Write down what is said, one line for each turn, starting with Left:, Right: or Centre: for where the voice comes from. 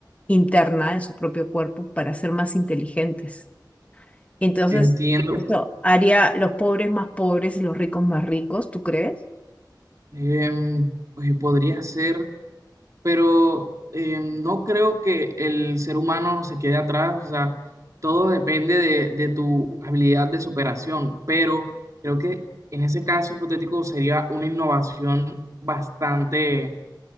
Left: interna en su propio cuerpo para ser más inteligentes. Entonces,
Right: Entiendo.
Left: eso haría los pobres más pobres y los ricos más ricos, ¿tú crees?
Right: em, pues podría ser, pero em, no creo que el ser humano se quede atrás. O sea, todo depende de, de tu habilidad de superación, pero creo que en ese caso hipotético sería una innovación bastante